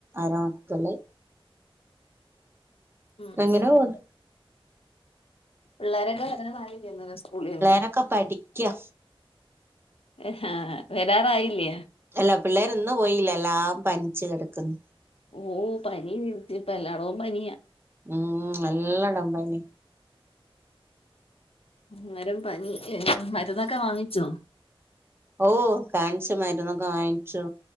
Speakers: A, on the right (about 25°); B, on the left (about 75°).
A: <unintelligible> മക്കള്
B: ഉം
A: എങ്ങനെ പോന്ന്
B: ഉം പിള്ളേരൊക്കെ വരാറായില്ലേ അന്നരം സ്കൂളിൽ നിന്ന്
A: ഒക്കപ്പാടി ക്യാ
B: ആഹ് വരാറായില്ലോ
A: അല്ല പിള്ളേർ ഇന്ന് പോയില്ല എല്ലാം പനിച്ചു കിടക്കുന്നു
B: ഓ പനി ഇതിപ്പോ എല്ലായിടവും പനിയാ
A: ഉം എല്ലായിടവും പനി
B: അന്നരം പനി ഇല്ലേ മരുന്നൊക്കെ വാങ്ങിച്ചോ
A: ഓ കാണിച്ചു മരുന്നൊക്കെ വാങ്ങിച്ചു